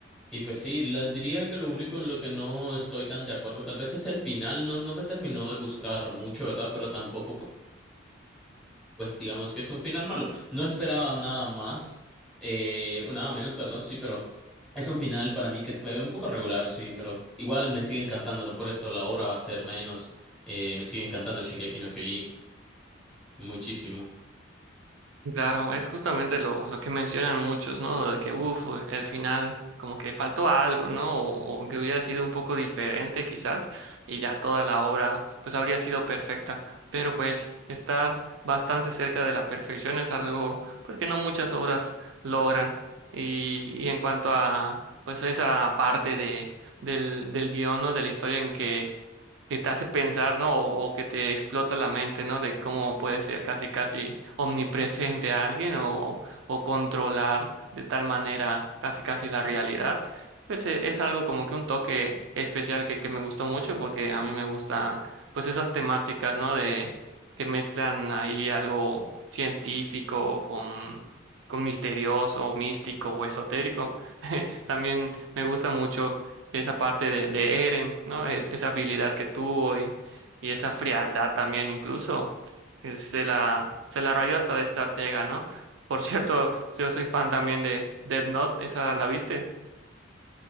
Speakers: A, in the centre; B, on the right.
A: Y pues sí, la- diría que lo único en lo que no estoy tan de acuerdo tal vez es el final, no, no me terminó de gustar mucho, ¿verdad? Pero tampoco, pu- pues digamos que es un final malo. No esperaba nada más, eh, o nada menos, perdón, sí, pero es un final para mí que fue un poco regular, sí, pero igual me sigue encantando, ¿no? Por eso la obra va a ser menos, eh, me sigue encantando Shingeki no Kyojin muchísimo.
B: Claro, es justamente lo, lo que mencionan muchos, ¿no? De que, uff, el final como que faltó algo, ¿no? O, o que hubiera sido un poco diferente quizás y ya toda la obra pues habría sido perfecta. Pero pues estar bastante cerca de la perfección es algo pues que no muchas obras logran. Y, y en cuanto a pues esa parte de, del, del guión, ¿no? De la historia en que que te hace pensar, ¿no? O, o que te explota la mente, ¿no? De cómo puede ser casi, casi omnipresente alguien o, o controlar de tal manera casi, casi la realidad. Pues e- es, algo como que un toque especial que, que me gustó mucho porque a mí me gustan pues esas temáticas, ¿no? De que mezclan ahí algo científico con... con misterioso, místico o esotérico. <laughs> También me gusta mucho esa parte de, de Eren, ¿no? E- esa habilidad que tuvo y, y esa frialdad también incluso, que se la, se la rayó hasta de estratega, ¿no? Por cierto, yo soy fan también de Death Note, ¿esa la viste?